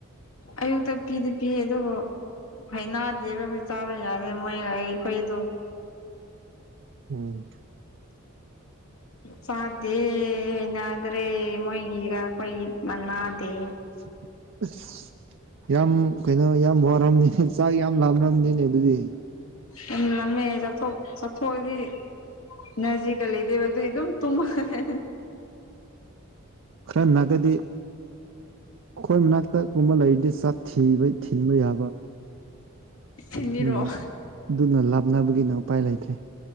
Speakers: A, on the left; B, on the right.
A: ꯑꯌꯨꯛꯇꯥ ꯄꯤꯗꯤ ꯄꯤꯌꯦ ꯑꯗꯨꯕꯨ ꯍꯩꯅꯥꯗꯦꯕ ꯑꯩꯈꯣꯏ ꯆꯥꯕ ꯌꯥꯗꯦ ꯃꯣꯏ ꯑꯩꯈꯣꯏꯗꯣ
B: ꯎꯝ
A: ꯆꯥꯗꯦ ꯍꯩꯅꯗ꯭ꯔꯦ ꯃꯣꯏꯒꯤꯔ ꯑꯈꯣꯏꯒꯤ ꯃꯅꯥꯗꯦ
B: ꯑꯁ ꯌꯥꯝ ꯀꯩꯅꯣ ꯌꯥꯝ ꯋꯥꯔꯝꯅꯤꯅꯦ ꯆꯥꯛ ꯌꯥꯝ ꯂꯥꯝꯔꯝꯅꯤꯅꯦ ꯑꯗꯨꯗꯤ
A: ꯌꯥꯝ ꯂꯥꯝꯃꯦ ꯆꯥꯊꯣꯛ ꯆꯥꯊꯣꯛꯑꯗꯤ ꯏꯅꯔꯖꯤꯒ ꯂꯩꯗꯦꯕ ꯗꯨꯏ ꯑꯗꯨꯝ ꯇꯨꯝꯃꯒ
B: ꯈꯔ ꯅꯛꯒꯗꯤ ꯑꯈꯣꯏ ꯃꯅꯥꯛꯇꯥ ꯒꯨꯝꯕ ꯂꯩꯔꯗꯤ ꯆꯥꯛ ꯊꯤꯕ ꯊꯤꯟꯕ ꯌꯥꯕ
A: ꯊꯤꯟꯕꯤꯔꯣ
B: ꯑꯗꯨꯅ ꯑꯗꯨꯅ ꯂꯥꯞꯅꯕꯒꯤꯅ ꯎꯄꯥꯏ ꯂꯩꯇ꯭ꯔꯦ